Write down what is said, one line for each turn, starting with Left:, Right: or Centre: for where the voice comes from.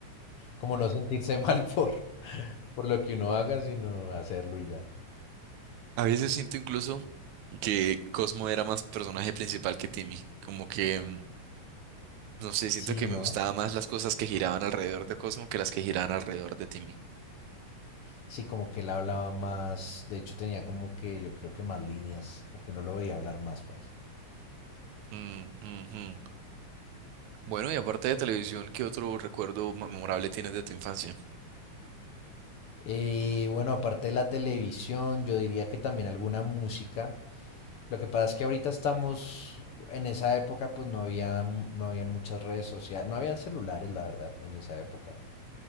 Left: como no sentirse <laughs> mal por, por lo que uno haga, sino hacerlo y ya.
Right: A veces siento incluso que Cosmo era más personaje principal que Timmy, como que... mm, No sé, siento
Left: Sí,
Right: que
Left: ¿no?
Right: me gustaban más las cosas que giraban alrededor de Cosmo que las que giraban alrededor de Timmy.
Left: Sí, como que él hablaba más, de hecho tenía como que yo creo que más líneas, como que uno lo veía hablar más, parce.
Right: Mm, mm, mm. Bueno, y aparte de televisión, ¿qué otro recuerdo memorable tienes de tu infancia?
Left: Eh, bueno, aparte de la televisión, yo diría que también alguna música. Lo que pasa es que ahorita estamos, en esa época pues no había, mu- no habían muchas redes sociales, no habían celulares, la verdad, en esa época.